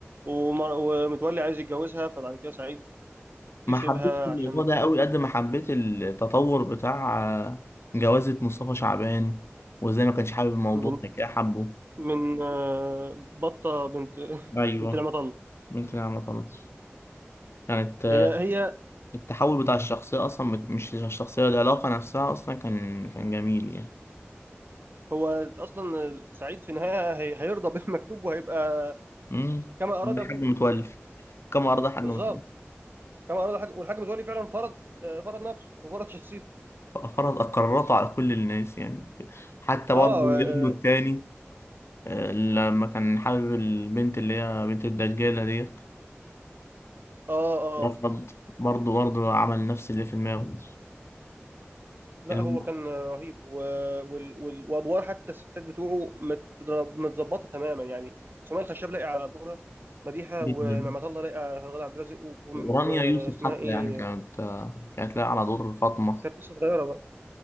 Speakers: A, on the right; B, on the left.
A: ومر- ومتولي عايز يتجوزها فبعد كده سعيد يسيبها
B: ما حبيتش الموضوع
A: عشان
B: ده
A: ابوه
B: قوي قد ما حبيت التطور بتاع آه، جوازة مصطفى شعبان وازاي ما كانش حابب الموضوع
A: من
B: ده كده حبه
A: من آه، بطة بنت <laughs>
B: ايوه
A: بنت لما طل
B: ممكن انا ما طلعتش كانت آه،
A: هي هي
B: التحول بتاع الشخصية اصلا مش الشخصية العلاقة نفسها اصلا كان كان جميل يعني
A: هو اصلا سعيد في النهاية هي- هيرضى بالمكتوب وهيبقى
B: امم
A: كما اراد
B: لحد
A: ابوه
B: متولي كم عرض حاجة
A: بالظبط كما اراد الحاج والحاج متولي فعلا فرض آه، فرض نفسه وفرض شخصيته
B: فرض قراراته على كل الناس يعني حتى
A: اه
B: برضه ابنه
A: اه
B: التاني آه، لما كان حابب البنت اللي هي بنت الدجالة ديت
A: اه آه.
B: رفض برضه برضه عمل نفس اللي في دماغه
A: لا
B: الم-
A: هو كان رهيب و... وال... وال... وادوار حتى الستات بتوعه مت... متظبطه تماما يعني سمية الخشاب لاقي على دورها مديحه
B: جدا
A: ونعمة الله لاقي على غادة عبد الرازق و...
B: ورانيا
A: واسمها
B: يوسف حتى
A: ايه
B: يعني كانت آه، كانت لاقية على دور فاطمة
A: كانت لسه صغيره بقى